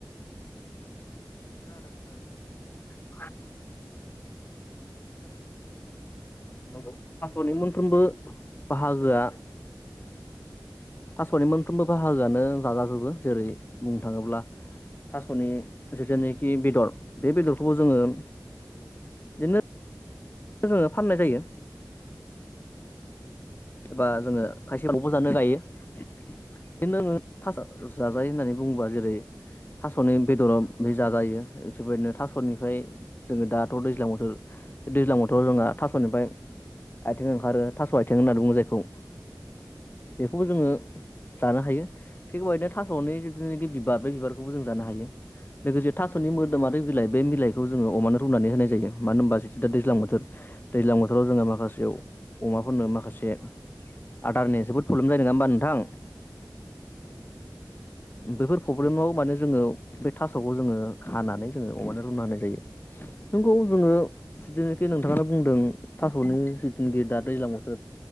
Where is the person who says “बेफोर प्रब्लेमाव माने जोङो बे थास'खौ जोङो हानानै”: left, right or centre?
Left